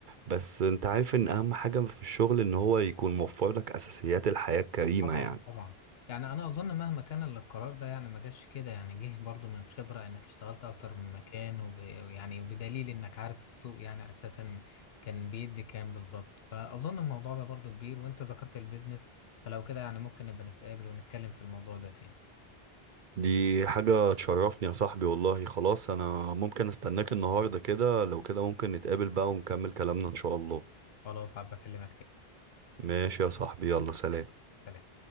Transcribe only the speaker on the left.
طبعا
طبعا يعني انا اظن مهما كان ال- القرار ده يعني ما جاش كده يعني جه برضو من خبرة انك اشتغلت اكتر من مكان وب... يعني وبدليل انك عارف السوق يعني اساسا كان بيدي كام بالظبط فاظن الموضوع ده برضو كبير وانت ذكرت البيزنس فلو كده يعني ممكن نبقى نتقابل ونتكلم في الموضوع ده تاني
خلاص عب اكلمك تاني
سلام